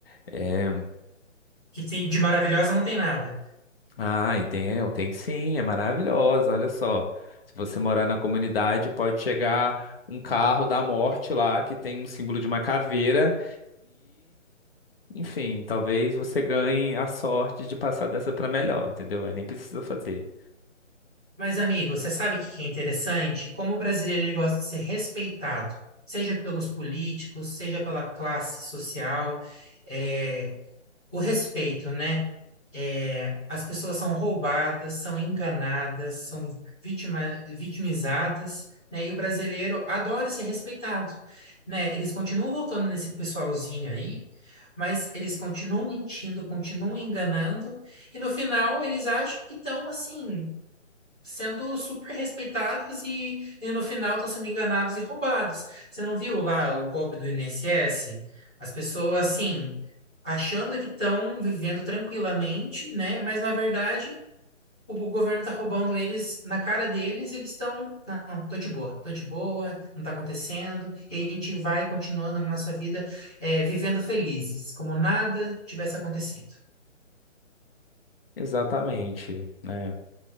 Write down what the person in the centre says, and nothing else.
Que tem, de maravilhosa não tem nada.
Mas, amigo, você sabe o que que é interessante? Como o brasileiro ele gosta de ser respeitado, seja pelos políticos, seja pela classe social. É, O respeito, né? É, as pessoas são roubadas, são enganadas, são vitima, vitimizadas, né? E o brasileiro adora ser respeitado, né? Eles continuam voltando nesse pessoalzinho aí, mas eles continuam mentindo, continuam enganando, e no final eles acham que estão assim sendo super respeitados e, e no final estão sendo enganados e roubados. Você não viu lá o golpe do INSS? As pessoas, assim, achando que estão vivendo tranquilamente, né? Mas, na verdade, o, o governo está roubando eles na cara deles, e eles estão, não, tô de boa, tô de boa, não tá acontecendo, e a gente vai continuando na nossa vida, eh, vivendo felizes, como nada tivesse acontecido.